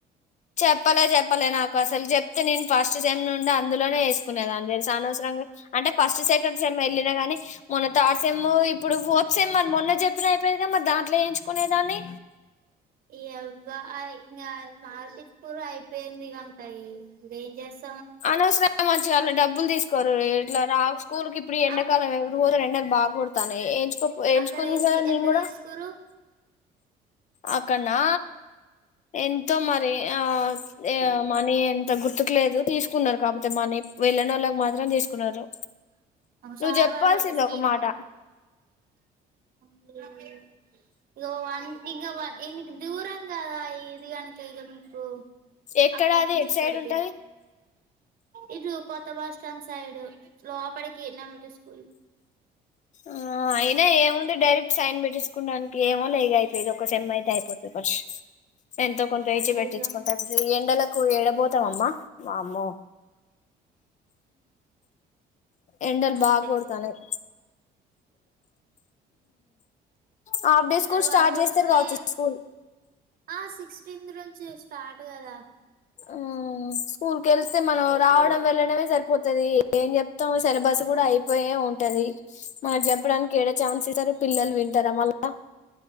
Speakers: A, on the left (about 45°); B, on the right (about 60°).
A: చెప్పలె చెప్పలె నాకసల్ జేప్తే నేను ఫస్ట్ టైం నుండి అందులోనే ఏస్కునేదాన్ని తెల్స అనవసరంగా అంటె ఫస్ట్ సెకండ్ సెమ్ ఎళ్ళిన గాని మొన్న థర్డ్ సెమ్ ఇప్పుడు ఫోర్త్ సెమ్ మర్ మొన్న జేప్పినా అయిపోయేదీ గ మార్ దాంట్లో వేయించుకునేదాన్ని
B: ఇయవ్వ అవి ఇంగ మార్పిచ్చు కూర్రు అయిపోయింది గనక ఇగ ఏం జేస్
A: అనవసరంగ మంచిగ ఆన్ల డబ్బుల్ దీస్కోరు వే ఇట్ల రా స్కూల్ కి ఇప్పుడు ఎండకాలం
B: అ
A: ఎవరు పోతరు ఏండల్ బాగోడుత్తన్నాయ్ ఎంచ్ గోపో ఏంచుకుందు
B: అక్కడ ఏంది
A: కదా నేన్
B: ఎంత
A: గూడా
B: తీసుకురు
A: అప్ కన్నా ఎంతో మరి ఆ అ మనీ ఎంతో గుర్తుక్ లేదు తీసుకున్నరు కాపోతే మనీ వెళ్ళనోళ్ళక్ మత్ దరన్ తీసుకున్నారు నువ్
B: సార్
A: జేప్పాల్సింది
B: వాళ్ళు స్వీ
A: ఒక మాట
B: ఉమ్ ఇగో వన్ ఇగ వ ఈనికి దూరం గదా ఇది గనుక ఇగ మీకు
A: ఎక్కడ
B: అక్కడ్
A: అది
B: నుంచి
A: ఎటు
B: ఇక్కడికి
A: సైడ్ ఉంటది
B: ఇటు కొత్త బస్స్టాండ్ సైడు లోపడికి నామటి స్కూల్
A: ఆ అయినా ఏముంది డైరెక్ట్ సైన్ పెట్టేసుకుండానికి ఏమో లేగ అయింది. ఇది ఒక సేమ్ ఐతే ఐపోయింది బష్ ఎంతో కొంత ఏసీ
B: అదే
A: పెట్టించుకుంటారు
B: ఇగ
A: ఎండలకు ఏడబతాం అమ్మా అమ్మో ఎండల్
B: అంతే
A: బాగోడ్తన్నాయ్ హాఫ్డే
B: బాగా
A: స్కూల్ స్టార్ట్
B: కొడుతూనే
A: చేస్తారు కావచ్చు స్కూల్
B: ఆ సిక్స్టీన్త్ నుంచి స్టార్ట్ కదా.
A: మ్ స్కూల్ కి వెళ్స్తే మనం రావడం, వెళ్లడమే సరి పోతది ఏం చెప్తాం సిలబస్ కూడా అయిపోయే ఉంటది. మన చెప్పడానికి ఏడ ఛాన్సెస్ పిల్లలు వింటారా మళ్ళా?